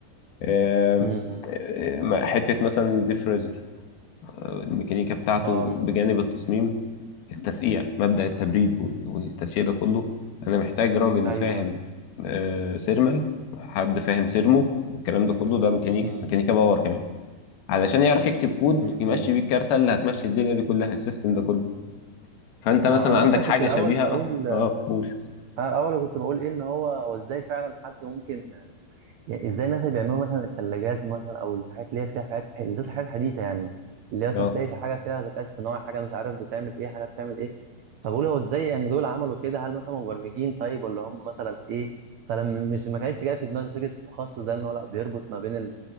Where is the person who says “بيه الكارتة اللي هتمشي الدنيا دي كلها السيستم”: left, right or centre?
Left